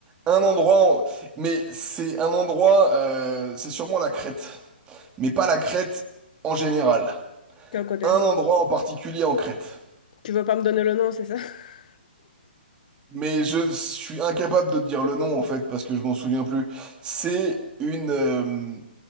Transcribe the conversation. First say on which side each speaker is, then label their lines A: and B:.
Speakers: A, on the right; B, on the left.
A: un endroit, en- mais c'est un endroit, euh, c'est sûrement la Crète, mais pas la Crète en général.
B: Quel côté?
A: Un endroit en particulier en Crète.
B: Tu veux pas me donner le nom, c'est ça? <laughs>
A: Mais je suis incapable de te dire le nom en fait parce que je m'en souviens plus. C'est une, euh,